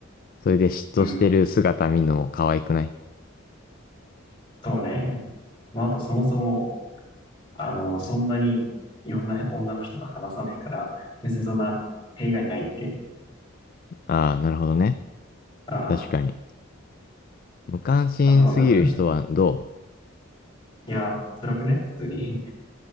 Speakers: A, on the left (about 45°); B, on the left (about 25°).
A: それで嫉妬してる姿見るのも可愛くない
B: うん、そうね。まあ、あとそもそも、あの、そんなにいろんな女の人と話さないから、別にそんな弊害ないっていう。
A: ああ、なるほどね。
B: あ
A: 確かに。無関心すぎる人はど
B: あ、あとまあ昔、いや、辛くね普通に。